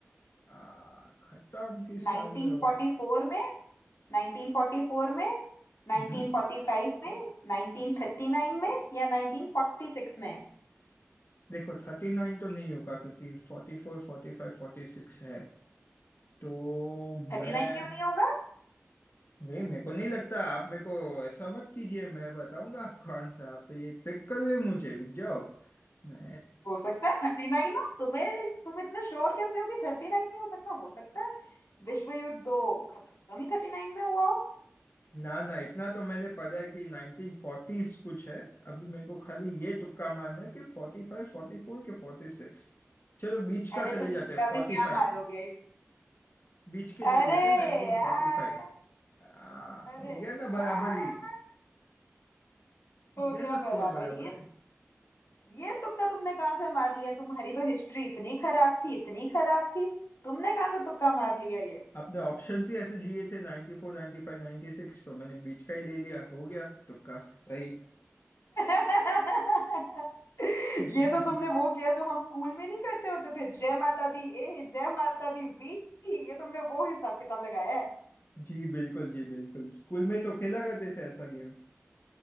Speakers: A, on the left; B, on the left.
A: आ, खत्म किस
B: 1944
A: साल में हुआ था
B: में 1944 में 1945
A: हम्म
B: में 1939
A: अच्छा।
B: में या 1946 में
A: देखो थर्टी नाइन तो नहीं होगा क्योंकि फोर्टी फोर फोर्टी फाइव फोर्टी सिक्स है तो
B: 39
A: मैं
B: क्यों नहीं होगा
A: वे मेरे को नहीं लगता आप मेरे को ऐसा मत कीजिए मैं बताऊंगा आपको आंसर आप तो ये ट्रिक कर रहे हो मुझे रुक जाओ मैं
B: हो सकता है थर्टी नाइन हो तुम्हें तुम इतने श्योर कैसे हो कि थर्टी नाइन नहीं हो सकता हो सकता है विश्व युद्ध दो खत्म ही थर्टी नाइन में हुआ हो
A: ना ना इतना तो मैंने पढ़ा है कि नाइनटीन फोर्टीज कुछ है अभी मेरे को खाली ये तुक्का मारना है कि फोर्टी फाइव फोर्टी फोर के फोर्टी सिक्स चलो बीच
B: अरे
A: का चले
B: तुम
A: जाते
B: तुक्का
A: हैं फोर्टी
B: भी क्या
A: फाइव
B: मारोगे
A: बीच के चले
B: अरे
A: जाते हैं नाइनटीन
B: यार
A: फोर्टी फाइव आ,
B: अरे
A: हो गया ना
B: यार
A: बराबरी
B: हो
A: हो गया
B: गया
A: ना स्कोर
B: बराबर
A: बराबर
B: ये ये तुक्का तुमने कहाँ से मार लिया तुम्हारी तो हिस्ट्री इतनी खराब थी इतनी खराब थी तुमने कहाँ से तुक्का मार लिया ये
A: आपने ऑप्शंस ही ऐसे दिए थे 94 95 96 तो मैंने बीच का ही ले लिया हो गया तुक्का सही
B: <laughs>
A: <laughs>
B: ये तो तुमने वो किया जो हम स्कूल में नहीं करते होते थे जय माता दी ए जय माता दी बी ये तुमने वो हिसाब किताब लगाया है
A: जी बिल्कुल जी बिल्कुल स्कूल में तो खेला करते थे ऐसा गेम